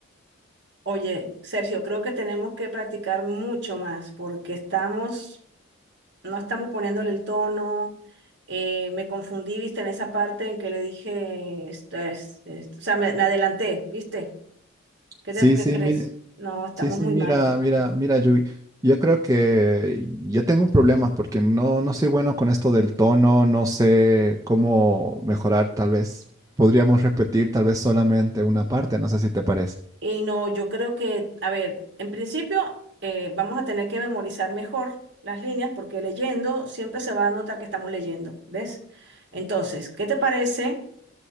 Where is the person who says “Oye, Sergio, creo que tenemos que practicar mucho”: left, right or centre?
Right